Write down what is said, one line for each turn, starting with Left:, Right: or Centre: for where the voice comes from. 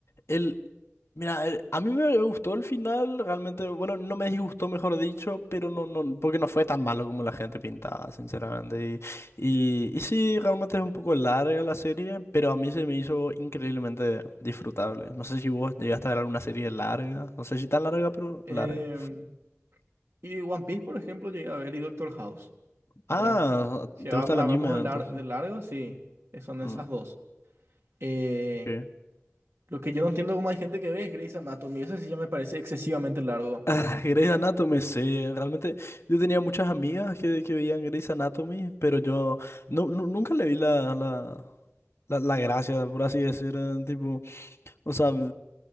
Left: El, Mira, eh, a mí me gustó el final, realmente, bueno, no me disgustó, mejor dicho, pero no, no, porque no fue tan malo como la gente pintaba, sinceramente. Y, y, y sí, realmente es un poco larga la serie, pero a mí se me hizo increíblemente disfrutable. No sé si vos llegaste a ver alguna serie larga, no sé si tan larga, pero
Right: Em,
Left: larga.
Right: Y One Piece, por ejemplo, llegué a ver y Doctor House,
Left: Ah,
Right: ¿verdad? Si
Left: ¿te
Right: vamos,
Left: gusta el
Right: la
Left: anime
Right: vamos de, lar-
Left: entonces?
Right: de largo, sí, eh, son esas
Left: Mm,
Right: dos. Eh,
Left: ok.
Right: lo que yo no entiendo cómo hay gente que ve es Grey's Anatomy, eso sí ya me parece excesivamente largo.
Left: <laughs> Grey's Anatomy, sí, realmente yo tenía muchas amigas que, que veían Grey's Anatomy, pero yo no, nu- nunca le vi la, la- La, la gracia, por así decirlo, tipo, o sea,